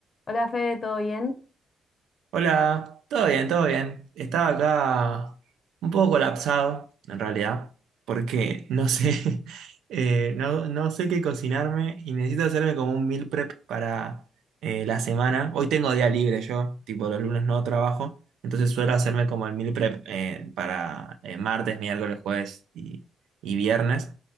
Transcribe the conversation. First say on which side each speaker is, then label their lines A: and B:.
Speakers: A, on the left; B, on the right.
A: Hola Fede, ¿todo bien?
B: Hola, todo bien, todo bien. Estaba acá un poco colapsado, en realidad, porque no sé, <laughs> eh, no, no sé qué cocinarme y necesito hacerme como un meal prep para eh, la semana. Hoy tengo día libre yo, tipo los lunes no trabajo, entonces suelo hacerme como el meal prep eh, para eh, martes, miércoles, jueves y, y viernes.